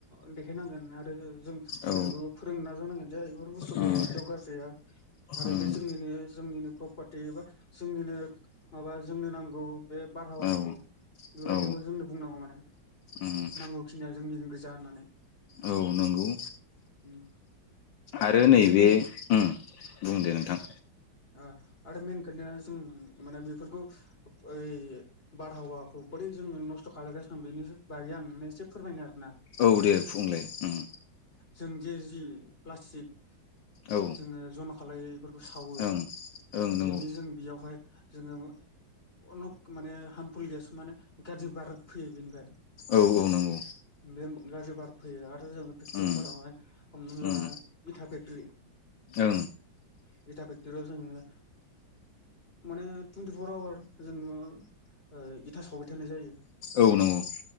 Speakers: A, on the left; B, on the left.
A: अ देखायनांगोन आ <unintelligible> जों
B: औ
A: बेलेगाव फोरों नाजानांगोन जे बेफोर बुस्थुखौ
B: उम
A: इदियाव गारजाया आरो
B: उम
A: बे जोंनिनो जोंनिनो प्रपारटि एबा जोंनिनो माबा जोंनो नांगौ बे बारहावाखौ
B: औ
A: बेबायदिखौ
B: औ
A: जोंनो बुंनांगौ मान
B: उम
A: नांगौखिनिया जोंनिनो गोजा होननानै।
B: औ नंगौ।
A: उम।
B: आरो नैबे
A: बे मेन
B: उम बुंदो नोंथां।
A: ओ। आरो मेन खोनथाया जों माने बेफोरखौ ओइ बारहावाखौ बोरै जोङो नस्थ' खालायगासिनो दं बेनि बागै आं एसे फोरमायनो आरो
B: औ दे बुंलाय उम।
A: जों जे जि प्लास्टिक
B: औ
A: जोङो ज'मा खालायो बेफोरखौ सावो
B: ओं ओं नंगौ
A: बेनो जों बेयावहाय जोङो अनेक माने हार्मफुल गेस माने गाज्रि बार फैयो बेनिफ्राय।
B: औ औ नंगौ।।
A: बे गाज्रि बार फैयो आरो जों फेक्ट'रिफोरावहाय
B: उम
A: हमना ला
B: उम
A: इथा फेक्टरि
B: ओं औ
A: <inaudible> इथ आव जोङो माने टुन्टिफर आवार जोङो ओ इथा सावबाय थानाय जायो।
B: औ नंगौ।